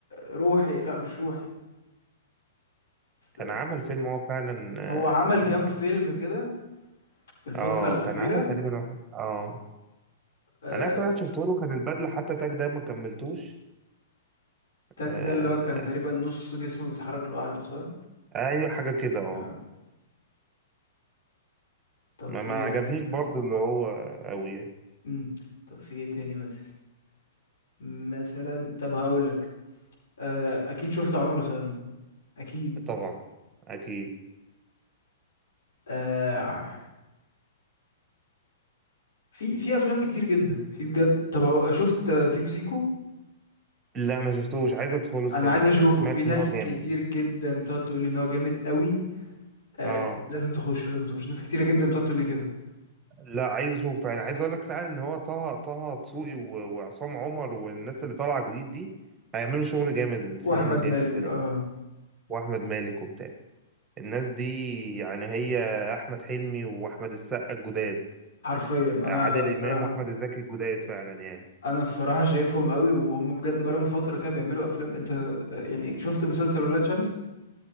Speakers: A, on the left; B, on the right.
A: روحي لا مش روحي استنى.
B: كان عمل فيلم هو فعلا اه
A: هو عمل كام فيلم كده في الفترة
B: آه،
A: الأخيرة
B: كان عمل تقريبا واحد اه
A: آه...
B: انا اخر واحد شفته له كان البدله حتى تاج ده ما كملتوش
A: تاج
B: آه
A: ده اللي هو كان تقريبا نص جسمه بيتحرك لوحده صح؟
B: ايوه حاجه كده اه
A: آه. طب
B: ما,
A: في
B: ما
A: ايه
B: عجبنيش
A: تاني مثلا
B: برضو اللي هو قوي يعني
A: مم. طب في ايه تاني مثلا مثلا طب هقول لك آه... أكيد شفت عمر وسلمى أكيد
B: طبعا اكيد
A: آه... في في أفلام كتير جدا في بجد طب هو... شفت آه، سيكو سيكو؟
B: لا ما شفتوش عايز ادخله السينما
A: أنا عايز أشوفه
B: ده سمعت
A: في ناس
B: ان هو جامد
A: كتير جدا بتقعد تقول لي إن هو جامد قوي آه
B: اه
A: لازم تخش لازم تخش ناس كتيرة جدا بتقعد تقول لي كده
B: لا عايز اشوف فعلا عايز اقول لك فعلا ان هو طه طه دسوقي و- وعصام عمر والناس اللي طالعه جديد دي هيعملوا شغل جامد السنين
A: واحمد
B: الجايه
A: مالك
B: في السينما
A: اه
B: واحمد مالك وبتاع الناس دي يعني هي احمد حلمي واحمد السقا الجداد
A: حرفيا انا
B: عادل
A: الصراحة
B: امام واحمد الزكي الجداد فعلا يعني
A: انا الصراحة شايفهم قوي وهم بجد بقالهم فترة كده بيعملوا افلام انت آه، يعني شفت مسلسل ولاد شمس